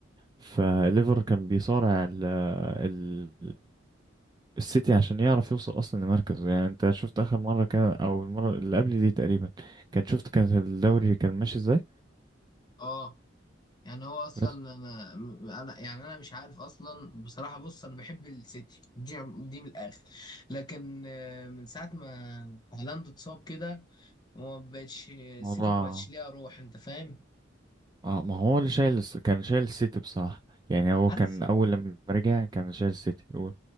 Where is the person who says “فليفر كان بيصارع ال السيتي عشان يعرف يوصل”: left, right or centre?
Right